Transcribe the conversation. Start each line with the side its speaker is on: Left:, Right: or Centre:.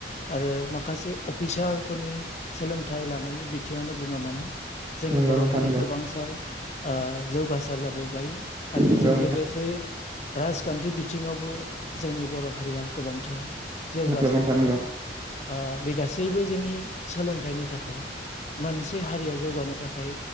Left: आरो माखासे अफिसारफोरनि सोलोंथाइ लानायनि बिथिङावनो बुङा मानो जोंनि
Right: नंगौ
Left: बर'
Right: नोंथां
Left: हारिया
Right: नंगौ
Left: गोबांसार जौगासार जाबोबाय आरो बेजों
Right: नंगौ नोंथां
Left: लोगोसे राजखान्थि बिथिङावबो जोंनि बर' हारिया गोबांथार जौगासारबोबाय
Right: नंगौ नोंथां नंगौ
Left: ओ बे गासैबो जोंनि सोलोंथाइनि थाखाय मोनसे हारिया जौगानो थाखाय